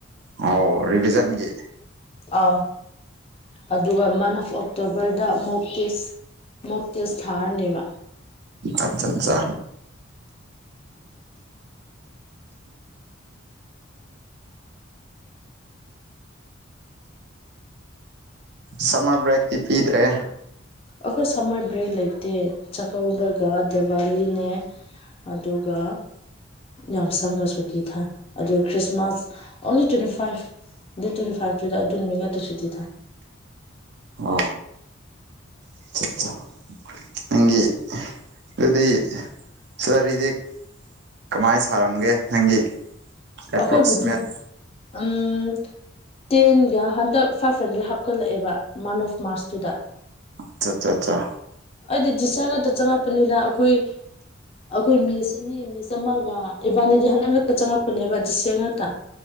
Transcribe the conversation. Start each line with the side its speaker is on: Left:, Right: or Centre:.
Right: ꯑꯣ ꯔꯤꯚꯤꯖꯟꯒꯤ
Left: ꯑꯧ ꯑꯗꯨꯒ ꯃꯥꯅ ꯑꯣꯐ ꯑꯣꯛꯇꯣꯕꯔꯗ ꯑꯃꯨꯛ ꯇꯦꯁ ꯃꯣꯛ ꯇꯦꯁ ꯊꯥꯔꯅꯦꯕ
Right: ꯑꯠꯆꯥ ꯑꯠꯆꯥ ꯁꯝꯃꯔ ꯕ꯭ꯔꯦꯛꯇꯤ ꯄꯤꯗ꯭ꯔꯦ
Left: ꯑꯩꯈꯣꯏ ꯁꯝꯃꯔ ꯕ꯭ꯔꯦꯛ ꯂꯩꯇꯦ ꯆꯥꯛꯀꯧꯕꯒ ꯗꯦꯋꯥꯂꯤꯅꯦ ꯑꯗꯨꯒ ꯌꯥꯝ ꯁꯝꯅ ꯁꯨꯇꯤ ꯊꯥꯏ ꯑꯗꯨꯒ Christmas only twenty five date ꯇ꯭ꯋꯦꯟꯇꯤꯐꯥꯏꯇꯨꯗ ꯑꯗꯨ ꯅꯨꯃꯤ ꯅꯥꯛꯇ ꯁꯨꯇꯤ ꯊꯥꯏ
Right: ꯑꯣ ꯑꯠꯆꯥ ꯑꯠꯆꯥ ꯅꯪꯒꯤ ꯑꯗꯨꯗꯤ ꯁꯂꯔꯤꯗꯤ ꯀꯃꯥꯏꯅ ꯁꯥꯔꯝꯒꯦ ꯅꯪꯒꯤ ꯑꯦꯄ꯭ꯔꯣꯛꯁꯤꯃꯦꯠ
Left: ꯑꯩꯈꯣꯏꯕꯨꯗꯤ ꯎꯝ ꯇꯦꯟꯒ ꯍꯟꯗ ꯐꯥꯔꯁ ꯁꯦꯂꯔꯤ ꯍꯥꯞꯀꯠꯂꯛꯑꯦꯕ ꯃꯥꯅꯁ ꯃꯥꯔꯁꯇꯨꯗ
Right: ꯑꯆꯥ ꯆꯥ ꯆꯥ
Left: ꯑꯩꯗꯤ ꯗꯤꯁꯔ ꯉꯛꯗ ꯆꯪꯉꯛꯄꯅꯤꯗ ꯑꯩꯈꯣꯏ ꯑꯩꯈꯣꯏ ꯃꯤꯁ ꯑꯅꯤ ꯃꯤꯁ ꯑꯃꯒ ꯏꯕꯥꯅꯤꯗꯤ ꯍꯟꯗꯛꯉꯛꯇ ꯆꯪꯉꯛꯄꯅꯦꯕ ꯗꯤꯁ ꯏꯌꯔ ꯉꯛꯇ